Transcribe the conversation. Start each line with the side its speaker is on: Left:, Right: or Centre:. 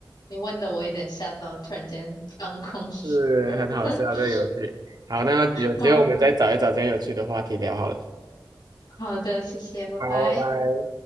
Left: 你问的我有点吓到，突然间放空。
Right: 是很好笑这个游戏。
Left: <laughs>
Right: 好，那有机会我们再找一找这样有趣的话题聊好了。
Left: 嗯，好的，谢谢，拜拜。
Right: 好，拜拜。